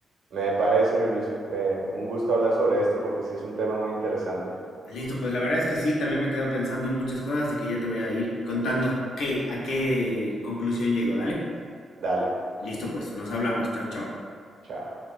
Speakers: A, on the right; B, on the left.
A: Me parece, mi Luis, eh, un gusto hablar sobre esto porque sí es un tema muy interesante.
B: Listo, pues la verdad es que sí, también me he quedado pensando en muchas cosas y que ya te voy a ir contando qué, a qué conclusión llego, ¿dale?
A: Dale,
B: Listo, pues nos hablamos. Chao, chao.
A: chao.